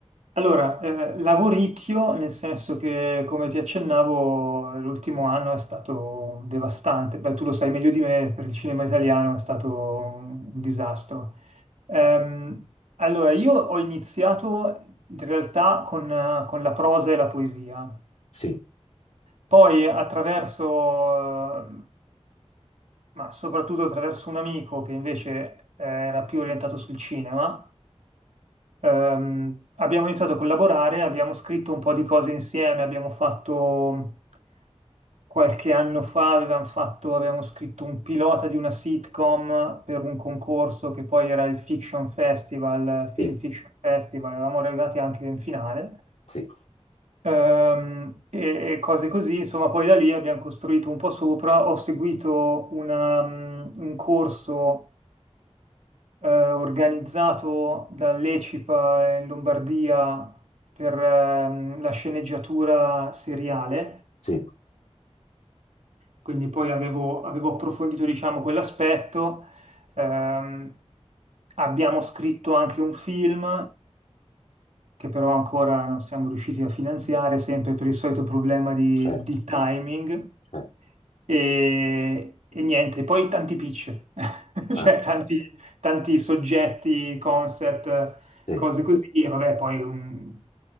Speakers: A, on the right (about 85°); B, on the left (about 85°).
A: allora, eh, lavoricchio, nel senso che, come ti accennavo, l'ultimo anno è stato devastante. Beh, tu lo sai meglio di me, per il cinema italiano è stato un un disastro. Ehm, allora, io ho iniziato in realtà con, eh, con la prosa e la poesia,
B: Sì,
A: poi attraverso, eh, ma soprattutto attraverso un amico che invece eh, era più orientato sul cinema Ehm, abbiamo iniziato a collaborare, abbiamo scritto un po' di cose insieme, abbiamo fatto qualche anno fa, avevamo fatto, avevamo scritto un pilota di una sitcom per un concorso che poi era il Fiction Festival, Film
B: sì,
A: Fiction Festival, eravamo arrivati anche in finale.
B: sì,
A: Ehm, e, e cose così, insomma, poi da lì abbiamo costruito un po' sopra. Ho seguito una, mm, un corso eh, organizzato dall'ECIPA in Lombardia per ehm, la sceneggiatura seriale,
B: sì,
A: quindi poi avevo, avevo approfondito, diciamo, quell'aspetto. Ehm, abbiamo scritto anche un film che però ancora non siamo riusciti a finanziare, sempre per il solito problema di,
B: certo,
A: di timing.
B: certo.
A: E, e niente, poi tanti pitch, <laughs>
B: Ah,
A: cioè tanti, tanti soggetti, concept,
B: sì.
A: cose così, e vabbè, poi um,